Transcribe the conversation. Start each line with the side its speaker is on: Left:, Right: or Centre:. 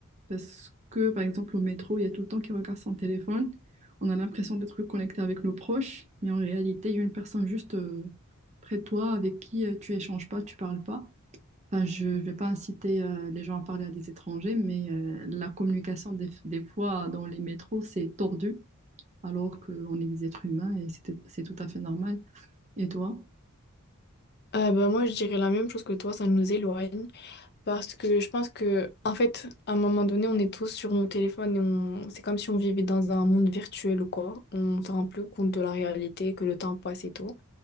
Right: Parce que, par exemple, au métro, il y a tout le temps qui regarde son téléphone. On a l'impression d'être connecté avec nos proches, mais en réalité, il y a une personne juste euh, près de toi avec qui euh, tu échanges pas, tu parles pas. Enfin, je vais pas inciter euh, les gens à parler à des étrangers, mais euh, la communication des, des fois dans les métros, c'est tordu, alors qu'on est des êtres humains et c'était- c'est tout à fait normal. Et toi?
Left: Euh, bah, moi, je dirais la même chose que toi, ça nous éloigne. Parce que je pense que, en fait, à un moment donné, on est tous sur nos téléphones et on... c'est comme si on vivait dans un monde virtuel ou quoi. On ne se rend plus compte de la réalité, que le temps passe et tout.